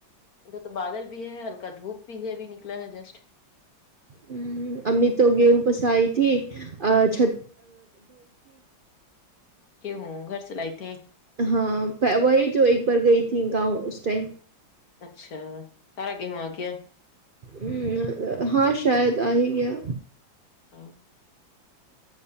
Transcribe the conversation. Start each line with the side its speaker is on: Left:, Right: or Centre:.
Left: ادھر تو بادل بھی ہے ہلکا دھوپ بھی ہے بھی نکلا ہے جسٹ
Right: ہممم امی تو گیہوں پس آئی تھی چت
Left: گہیوں گھرسے لائی تھے
Right: ہاں وہی جو ایک بار گئی تھی گاؤں اس ٹائم
Left: اچھا سارا گیہوں آگیا
Right: ہمم ہاں شاید آ ہی گیا
Left: ہاں